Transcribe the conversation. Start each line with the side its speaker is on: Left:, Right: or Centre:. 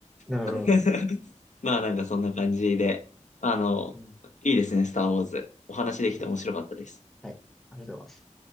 Centre: なるほど、
Left: <laughs>
Centre: なるほど。
Left: まあなんかそんな感じで、あの、
Centre: うん、い
Left: いいですね、スターウォーズ。お話できて面白かったです。
Centre: いです。はい。ありがとうございます。